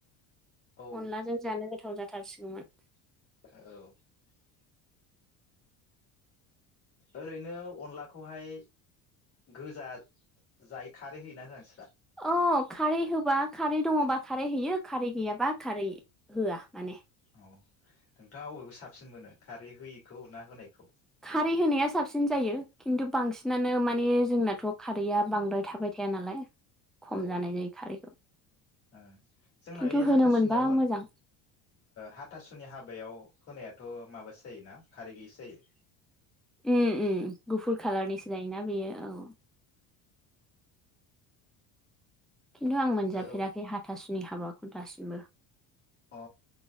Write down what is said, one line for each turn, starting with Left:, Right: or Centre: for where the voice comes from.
Left: औ
Centre: अनलाजों जानो गोथाव जाथों थारसिगौमोन
Left: औ ओरैनो अनलाखौहाय गोजा जाय खारै होयोना होआ नोंसोरहा
Centre: अ खारै होबा खारै दङबा खारै होयो खारै गैयाबा खारै होआ माने
Left: औ नोंथाङा अबेखो साबसिन मोनो खारै होयिखौ ना होनायखौ
Centre: खारै होनाया साबसिन जायो खिन्थु बांसिनानो माने जोंनाथ' खारैया बांद्राय थाबाय थाया नालाय खम
Left: ओ
Centre: जानाय जायो खारैखौ
Left: औ जोंना
Centre: खिन्थु
Left: ऐ
Centre: होनो
Left: हाथासुनियाव
Centre: मोनबा
Left: होन
Centre: मोजां
Left: हाथासुनि हाबायाव होनायाथ माबासो जायोना खारै गैयिसो जायो
Centre: ओम उम गुफुर खाालारनिसो जायोना बेयो औ खिन्थु आं मोनजाफेराखै
Left: औ
Centre: हाथासु नि हाबाखौ दासिमबो
Left: अ